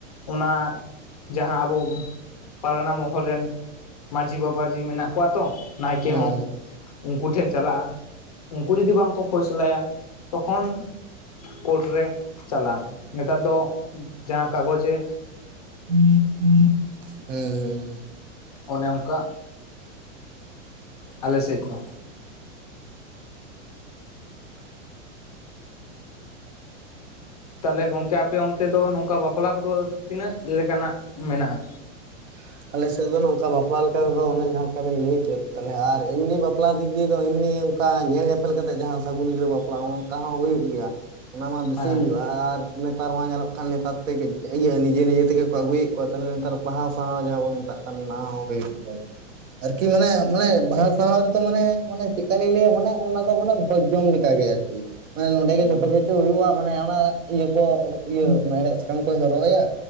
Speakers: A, on the left; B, on the right.
A: ᱚᱱᱟ ᱡᱟᱦᱟᱸ ᱟᱵᱚ ᱯᱟᱨᱜᱟᱱᱟ ᱢᱚᱦᱚᱞ ᱨᱮᱱ ᱢᱟᱹᱡᱷᱤ ᱵᱟᱵᱟ ᱡᱤ ᱢᱮᱱᱟᱜ ᱠᱚᱣᱟ ᱛᱚ, ᱱᱟᱭᱠᱮ
B: ᱦᱮᱸ
A: ᱦᱚᱸ᱾
B: ᱦᱮᱸ᱾
A: ᱩᱸᱠᱩ ᱴᱷᱮᱱ ᱪᱟᱞᱟᱜᱼᱟ, ᱩᱸᱠᱩ ᱡᱩᱫᱤ ᱵᱟᱝ ᱠᱚ ᱯᱷᱚᱭᱥᱟᱞᱟᱭᱟ ᱛᱚᱠᱷᱚᱱ ᱠᱳᱴ ᱨᱮ ᱪᱟᱞᱟᱜᱼᱟ, ᱱᱮᱛᱟᱨ ᱫᱚ ᱡᱟᱦᱟᱸ ᱠᱟᱜᱽᱡᱼᱮ
B: <unintelligible> ᱦᱮᱸ ᱦᱮᱸ ᱦᱮᱸ᱾
A: ᱚᱱᱮ ᱚᱸᱠᱟᱜ ᱟᱞᱮᱥᱮᱡ ᱫᱚ᱾ ᱛᱟᱦᱮᱞᱮ ᱜᱚᱝᱠᱮ ᱟᱯᱮ ᱚᱱᱛᱮ ᱫᱚ ᱱᱚᱝᱠᱟ ᱵᱟᱯᱞᱟ ᱠᱚᱫᱚ ᱛᱤᱱᱟᱹᱜ ᱞᱮᱠᱟᱱᱟᱜ ᱢᱮᱱᱟᱜᱼᱟ?
B: <inaudible> ᱟᱞᱮᱥᱮᱫ ᱫᱚ ᱱᱚᱝᱠᱟ ᱵᱟᱯᱞᱟ ᱞᱮᱠᱟ ᱛᱮᱫᱚ ᱚᱱᱮ ᱡᱟᱦᱟᱸ ᱞᱮᱠᱟᱵᱤᱱ ᱞᱟᱹᱭ ᱠᱮᱫ, ᱛᱟᱦᱮᱞᱮ ᱟᱨ ᱮᱢᱱᱤ ᱵᱟᱯᱞᱟ ᱫᱤᱠ ᱛᱮᱫᱚ ᱮᱢᱱᱤ ᱠᱟ ᱧᱮᱞ ᱧᱮᱯᱮᱞ ᱠᱟᱛᱮ ᱡᱟᱦᱟᱸ ᱥᱟᱹᱜᱩᱱ ᱜᱤᱨᱟᱹ ᱵᱟᱯᱞᱟ ᱚᱸᱠᱟ ᱦᱚᱸ ᱦᱩᱭᱩᱜ ᱜᱮᱭᱟ᱾ ᱚᱱᱟ ᱢᱟ ᱵᱮᱥᱤ
A: ᱦᱮᱸ
B: ᱦᱩᱭᱩᱜᱼᱟ ᱟᱨ ᱱᱮᱛᱟᱨ ᱢᱟ ᱧᱮᱞᱚᱜ ᱠᱟᱱ ᱱᱮᱛᱟᱨ ᱛᱮᱜᱮᱡ, ᱤᱭᱟᱹ ᱱᱤᱡᱮ ᱱᱤᱡᱮ ᱛᱮᱜᱮ ᱠᱚ ᱟᱹᱜᱩᱭᱮᱫ ᱠᱚᱣᱟ ᱛᱟᱦᱮᱞᱮ ᱱᱮᱛᱟᱨᱵ ᱵᱟᱦᱟᱶ ᱥᱟᱦᱟᱶ ᱡᱟᱦᱟᱸ ᱵᱚᱱ ᱢᱮᱛᱟᱜ ᱠᱟᱱ ᱚᱱᱟ ᱦᱚᱸ ᱦᱩᱭᱩᱜ ᱜᱮᱭᱟ, ᱟᱨᱠᱤ ᱢᱟᱱᱮ ᱢᱟᱱᱮ ᱵᱟᱦᱟ ᱥᱟᱶ ᱨᱮᱫᱚ ᱢᱟᱱᱮ ᱢᱟᱱᱮ ᱪᱮᱫ ᱠᱟ ᱞᱤᱧ ᱞᱟᱹᱭᱼᱟ, ᱢᱟᱱᱮ ᱚᱱᱟ ᱫᱚ ᱢᱟᱱᱮ ᱵᱷᱚᱡᱽ ᱡᱚᱢ ᱞᱮᱠᱟ ᱜᱮ ᱟᱨᱠᱤ᱾ ᱦᱮᱸ ᱱᱚᱸᱰᱮ ᱜᱮ ᱡᱷᱚᱛᱚ
A: ᱦᱩᱸ
B: ᱠᱤᱪᱷᱩ ᱦᱩᱭᱩᱜᱼᱟ ᱢᱟᱱᱮ ᱚᱱᱟ ᱤᱭᱟᱹ ᱠᱚ ᱤᱭᱟᱹ ᱢᱮᱲᱦᱮᱫ ᱥᱟᱠᱳᱢ ᱠᱚᱭ ᱦᱚᱨᱚᱜ ᱟᱭᱟ,